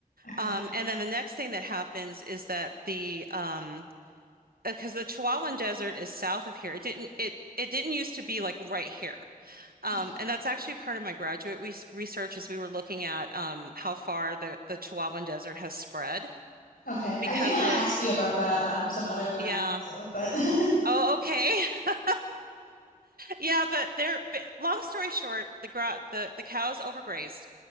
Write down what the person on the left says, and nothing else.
Okay.
Okay.
Okay.
I do want
to ask you about that um some other time
also, but <laughs>